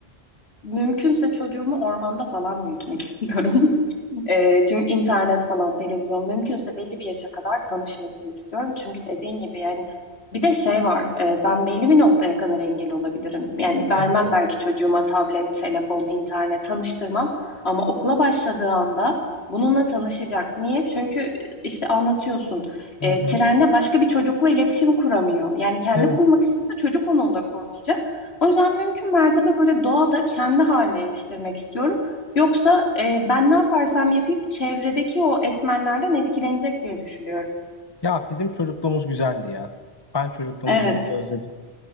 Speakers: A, on the left (about 75°); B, on the left (about 25°).
A: mümkünse çocuğumu ormanda falan büyütmek <laughs> istiyorum. E, çünkü internet falan, televizyon mümkünse belli bir yaşa kadar tanışmasını istiyorum. Çünkü dediğin gibi yani bir de şey var. e, ben belli bir noktaya kadar engel olabilirim. Yani vermem
B: tabii ki.
A: belki çocuğuma tablet, telefon, internet tanıştırmam. Ama okula başladığı anda bununla tanışacak. Niye? Çünkü işte anlatıyorsun.
B: Hı
A: E,
B: hı.
A: trende başka bir çocukla iletişim kuramıyor. Yani kendi
B: Evet.
A: kurmak istese çocuk onunla kurmayacak. O yüzden mümkün mertebe böyle doğada kendi haline yetiştirmek istiyorum. Yoksa e, ben ne yaparsam yapayım çevredeki o etmenlerden etkilenecek diye düşünüyorum.
B: Ya bizim çocukluğumuz güzeldi ya. Ben çocukluğumuzu
A: Evet,
B: özledim.